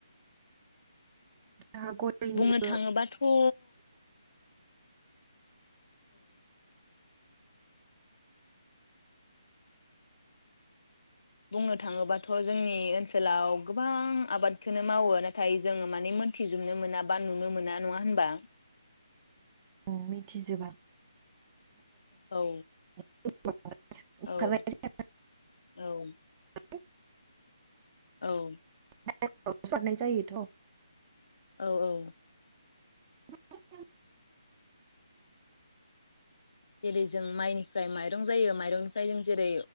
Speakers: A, on the right; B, on the left.
A: दा गयनिबो
B: बुंनो थाङोबाथ औ बुंनो थाङोबाथ जोंनि ओनसोलाव गोबां आबादखौ मावो नाथाय जोङो माने मोनथिजोबनो मोना बा नुनो मोना नङा होनबा?
A: उम मिथिजोबा-
B: औ।
A: <inaudible>
B: औ
A: <inaudible>
B: औ औ।
A: <unintelligible> जायोथ'
B: औ औ।
A: <inaudible>
B: जेरै जों माइनिफ्राय माइरं जायो माइरंनिफ्राय जों जेरै